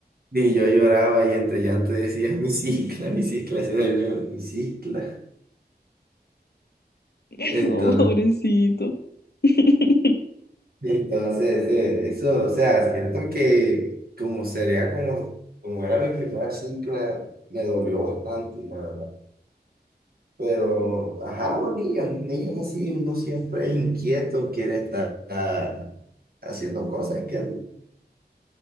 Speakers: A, on the right (about 60°); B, on the left (about 70°).
A: Y yo lloraba y entre llanto decía, mi cicla, mi cicla se dañó, mi cicla.
B: <laughs>
A: Entonces,
B: Oh, pobrecito. <laughs>
A: entonces eh, eso, o sea, siento que como sería como, como era mi primera cicla, me dolió bastante, la verdad. Pero, ajá, los niños, niños así, uno siempre es inquieto, quiere estar ah, haciendo cosas que,